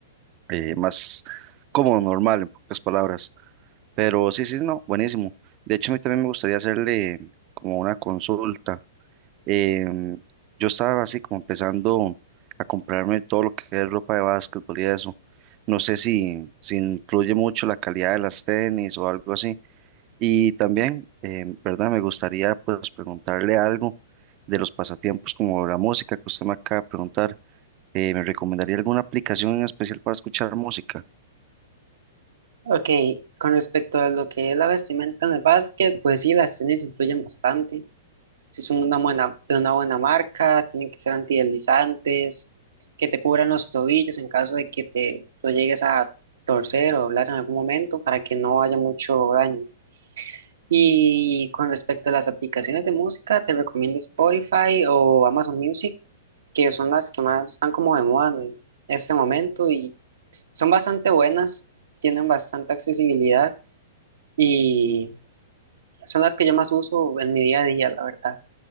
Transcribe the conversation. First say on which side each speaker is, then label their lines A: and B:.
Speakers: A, on the right; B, on the right.
A: eh, más como normal, en pocas palabras. Pero sí, sí, no, buenísimo. De hecho, a mí también me gustaría hacerle como una consulta. Em, yo estaba así como empezando a comprarme todo lo que es ropa de básquetbol y eso. No sé si, si influye mucho la calidad de las tenis o algo así. Y también, eh, ¿verdad? Me gustaría pues preguntarle algo de los pasatiempos como la música que usted me acaba de preguntar. Eh, ¿me recomendaría alguna aplicación en especial para escuchar música?
B: Ok, con respecto a lo que es la vestimenta en el básquet, pues sí, las tenis influyen bastante. Si son una buena, de una buena marca, tienen que ser antideslizantes, que te cubran los tobillos en caso de que te lo llegues a torcer o doblar en algún momento para que no haya mucho daño. Y con respecto a las aplicaciones de música, te recomiendo Spotify o Amazon Music, que son las que más están como de moda en este momento y son bastante buenas, tienen bastante accesibilidad y son las que yo más uso en mi día a día, la verdad.